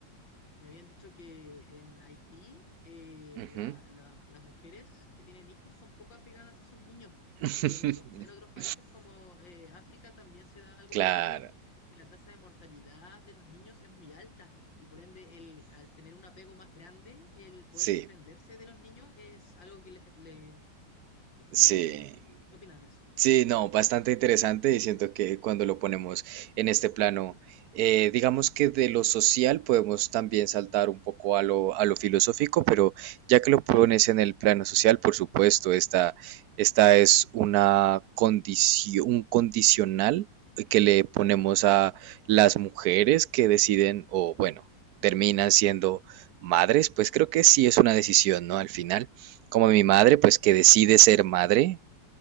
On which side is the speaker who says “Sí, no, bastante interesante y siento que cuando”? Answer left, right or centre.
Right